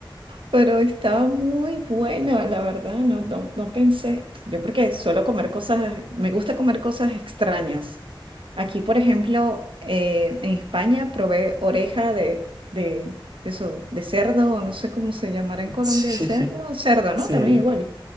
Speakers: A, on the right; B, on the right.
A: pero estaba muy buena, la verdad, no, no, no pensé, yo porque suelo comer cosas, me gusta comer cosas extrañas. Aquí, por ejemplo, eh, en España probé oreja de, de, de eso, de cerdo, o no sé cómo se llamará en
B: <laughs>
A: Colombia el cerdo,
B: Sí,
A: cerdo, ¿no?
B: sí.
A: También igual.